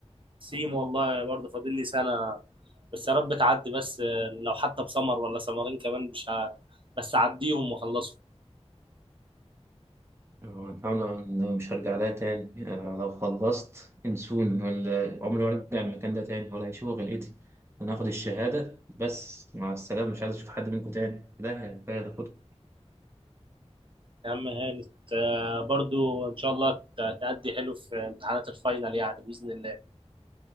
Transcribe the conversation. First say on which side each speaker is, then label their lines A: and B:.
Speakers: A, on the right; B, on the right.
A: سيم والله برضه فاضل لي سنة بس يا رب تعدي بس لو حتى بسمر ولا سمرين كمان مش ه... بس أعديهم وأخلصهم
B: آه، الحمد لله إنه مش هرجع لها تاني آه، لو خلصت انسوني ولا عمري ما هرجع المكان ده تاني ولا هيشوفوا غلقتي أنا هاخد الشهادة بس مع السلامة مش عايز أشوف حد منكم تاني ده يعني، ده هاخدكم
A: يا عم هانت آه، برضه إن شاء الله ت- تأدي حلو في امتحانات الفاينل يعني بإذن الله